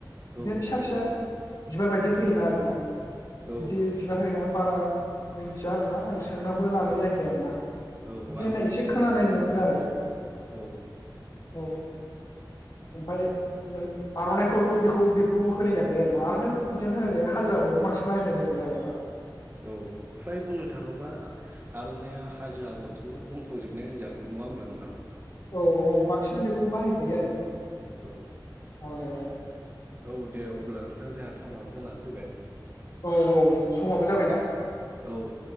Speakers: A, on the left; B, on the right.
A: बिदिनो
B: औ
A: फिसा
B: औ
A: फिसा
B: औ नंगौ
A: बिबार बायदि फैयोना आरो ना
B: औ
A: बिदि
B: औ
A: बिबार होयो आं बारा मिथिया आरोना आं सोंनाबो लानाय
B: आं
A: जायाखै आरो ना
B: औ
A: <unintelligible> दिनाय
B: आंबो
A: एसे
B: इसिग्राब
A: खोनानाय मोनबोदों आरो
B: औ
A: अ ओमफाय नो आरनाइफोरावथ बेखौ बेफोरखौ होनाय जाखायो आरो ना आरनायाव बिदि <unintelligible> होनाय हाजो आगरखौ बांसिन बाहायनाय जाखायो आरो
B: औ फ्राय बुंनो थाङोबा आ आर'नाइया हाजो आगरजों नोंनो बुंफावजोबनाय होनजागोन नङा होमब्ला नोंथां
A: औ औ बांसिनानो बेखौ बाहायखायो आरो
B: औ
A: आर'नाइयावहाय
B: औ। दे अब्ला नोंथां जोंहा टाइमाबो जानानै फैबाय
A: औ औ समाबो जाबायना।
B: औ